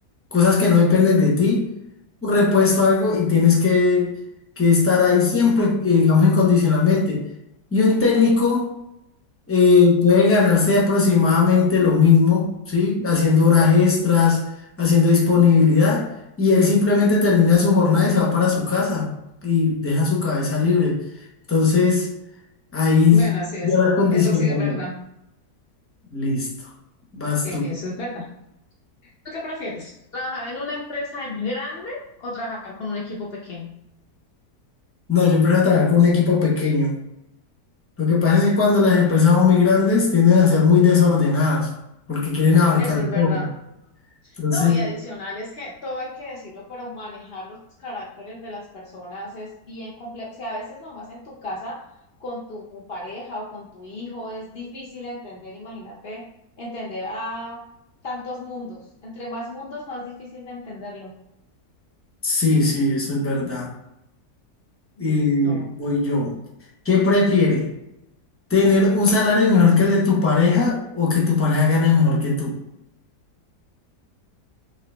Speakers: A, on the left; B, on the left.
A: cosas que no dependen de ti, un repuesto, algo, y tienes que, que estar ahí siempre, eh, digamos, incondicionalmente. Y un técnico eh, puede ganarse aproximadamente lo mismo, ¿sí? Haciendo horas extras, haciendo disponibilidad, y él simplemente termina su jornada y se va para su casa y deja su cabeza libre. Entonces, ahí
B: Bueno, sí, eso,
A: yo la condicionaría.
B: eso sí es verdad.
A: Listo, vas
B: Eso
A: tú.
B: es verdad. ¿Tú qué prefieres? ¿Trabajar en una empresa grande o trabajar con un equipo pequeño?
A: No, yo prefiero trabajar con un equipo pequeño. Lo que pasa es que cuando las empresas son muy grandes tienden a ser muy desordenadas porque quieren abarcar
B: Eso es verdad.
A: todo. Entonces,
B: No, y adicional es que todo hay que decirlo, pero manejar los caracteres de las personas es bien complejo. O sea, a veces nomás en tu casa con tu pareja o con tu hijo es difícil entender, imagínate, entender a tantos mundos. Entre más mundos, más difícil de entenderlo.
A: sí, sí, eso es verdad.
B: Listo.
A: Y voy yo. ¿Qué prefiere? ¿Tener un salario mejor que el de tu pareja o que tu pareja gane mejor que tú?